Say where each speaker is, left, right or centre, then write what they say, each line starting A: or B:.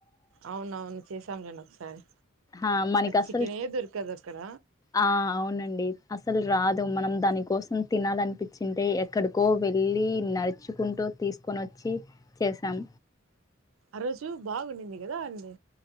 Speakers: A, on the right; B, on the left.
A: అవున అవును చేసాంలేండి ఒకసారి
B: ఆ మనకి అసలు
A: చికెనే దొరకదు అక్కడ
B: ఆ అవునండి అసలు రాదు మనం దానికోసం తినాలనిపించింటే ఎక్కడికో వెళ్ళి నడుచుకుంటూ తీసుకొని వచ్చి చేసాం
A: ఆరోజు బాగుండింది ఏదో అండి